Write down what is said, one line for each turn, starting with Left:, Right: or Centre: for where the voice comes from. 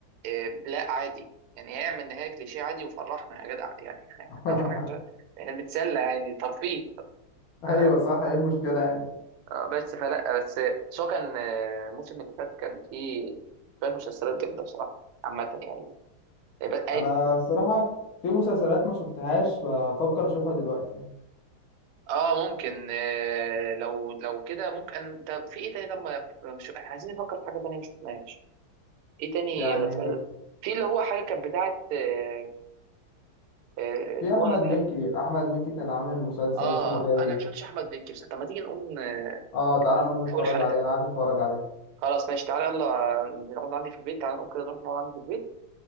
Right: آه، لا عادي يعني يعمل نهايه كليشيه عادي وفرحنا يا جدع يعني
Left: <laughs>
Right: <laughs> احنا بنتسلى يعني ترفيه ف-
Left: ايوه صح ايه المشكله يعني
Right: آه، بس فلا بس بس هو كان آه، الموسم اللي فات كان فيه شويه مسلسلات جامده بصراحه عامه يعني بس
Left: انا بصراحه في مسلسلات ما شفتهاش بفكر اشوفها دلوقتي
Right: اه ممكن آه، لو لو كده ممكن أنا- طب في ايه تاني طب ما مش عايزين نفكر في حاجه تانيه مش شفناهاش ايه تاني
Left: يعني
Right: غير فعلا في اللي هو حاجه كانت بتاعه آه، آه، اللي
Left: في
Right: هو
Left: احمد مكي احمد مكي كان عامل مسلسل
Right: اه
Left: اسمه الغاوي
Right: انا مش قلتش احمد مكي بس طب ما تيجي نقوم آه،
Left: اه تعالى
Right: من
Left: نقوم نتفرج
Right: اول حلقه
Left: عليه انا عايز اتفرج عليه
Right: خلاص ماشي تعالى يلا نقعد عندي في البيت تعالى نقوم كده نروح نقعد عندي في البيت